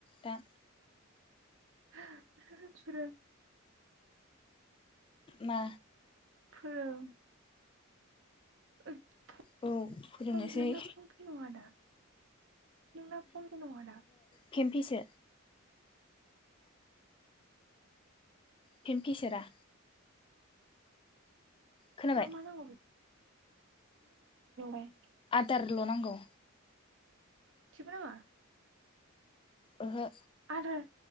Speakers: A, on the left (about 25°); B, on the right (about 60°).
A: दा
B: <unintelligible>
A: मा
B: फोरों नोंना
A: औ फोरोंनोसै
B: फन नङा आदा नोंना फननि नङादा
A: केम्फिसो फिमकिसेरा खोनाबाय
B: मा मा नांगौ <unintelligible> <unintelligible>
A: दारल' नांगौ
B: सिबो नाङा
A: ओहो
B: आदार